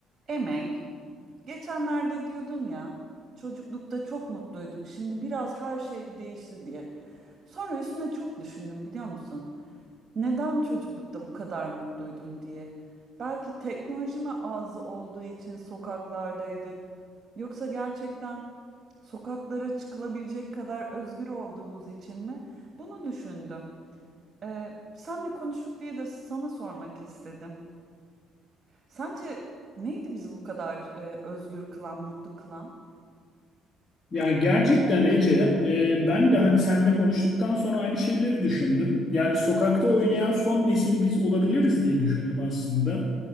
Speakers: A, on the right; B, on the left.
A: Emek, geçenlerde diyordun ya, çocuklukta çok mutluyduk, şimdi biraz her şey değişti diye. Sonra üstüne çok düşündüm biliyor musun? Neden çocuklukta bu kadar mutluydum diye. Belki teknoloji mi azı olduğu için sokaklardaydık. Yoksa gerçekten sokaklara çıkılabilecek kadar özgür olduğumuz için mi? Bunu düşündüm. Ee, senle konuştuk diye de sana sormak istedim. Sence neydi bizi bu kadar e, özgür kılan, mutlu kılan?
B: Yani gerçekten Ece, e, ben de hani seninle konuştuktan sonra aynı şeyleri düşündüm. Yani sokakta oynayan son nesil biz olabiliriz diye düşündüm aslında.